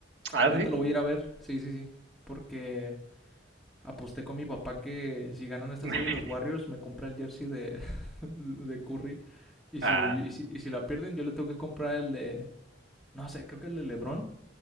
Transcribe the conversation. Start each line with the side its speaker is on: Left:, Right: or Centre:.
Right: Ah,
Centre: Ahorita
Right: sí.
Centre: lo voy a ir a ver. Sí, sí, sí, porque aposté con mi papá que si ganan esta
Right: <laughs>
Centre: serie los Warriors me compra el jersey de <laughs> de Curry y
Right: Ah,
Centre: si y si, y si la pierden yo le tengo que comprar el de no sé, creo que el de LeBron,